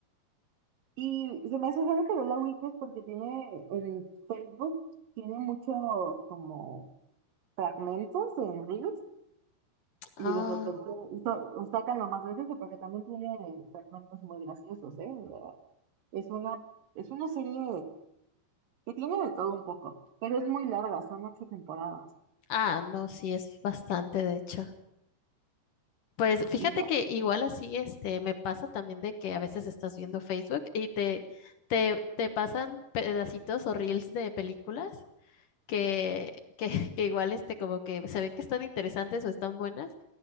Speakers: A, on the right (about 60°); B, on the left (about 65°).
A: Y se me hace raro que la Wiki es porque tiene en Facebook, tiene muchos como fragmentos en Reels
B: Ah,
A: y de repente sa- sacan lo más veces porque también tiene fragmentos muy graciosos, ¿eh? Es una, es una serie que tiene de todo un poco, pero es muy larga, son ocho temporadas.
B: ah, no, sí es bastante, de hecho. Pues fíjate
A: Y ya,
B: que igual así este me pasa también de que a veces estás viendo Facebook y te te, te pasan pedacitos o reels de películas que, que, <laughs> que igual este como que se ve que están interesantes o están buenas